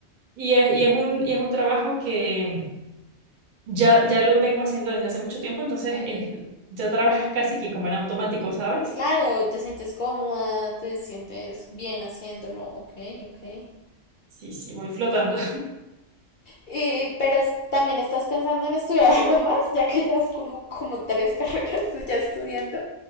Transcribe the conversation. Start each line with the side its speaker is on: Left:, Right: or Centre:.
Right: Y es, y es un, y es un trabajo que... Ya, ya lo vengo haciendo desde hace mucho tiempo, entonces eh, ya trabajas casi que como en automático, ¿sabes?
Left: Claro, te sientes cómoda, te sientes bien haciéndolo, ok, ok.
Right: Sí, sí, voy flotando.
Left: Y, pero es- también estás pensando en estudiar <laughs> algo más, ya que llevas como, como tres carreras <laughs> ya estudiando.